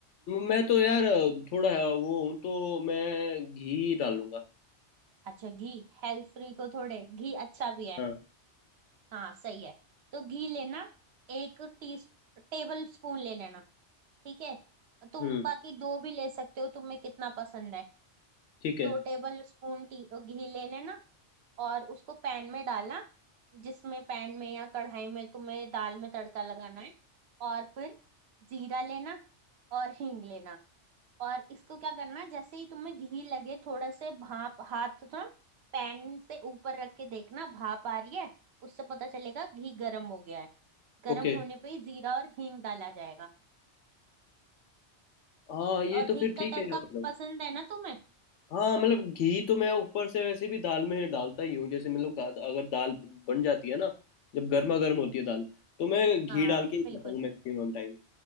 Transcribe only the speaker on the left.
मैं तो यार थोड़ा वो हूँ तो मैं घी डालूंगा
हाँ
हम्म
ठीक है
ओके
हाँ ये
तो
फिर
ठीक
है यार, मतलब
हाँ मतलब घी तो मैं ऊपर से वैसे भी दाल में डालता ही हूँ जैसे मतलब गा- अगर दाल बन जाती है ना जब गर्मा गर्म होती है दाल तो मैं घी
डाल के ही
खाता हूँ मैक्सिमम टाइम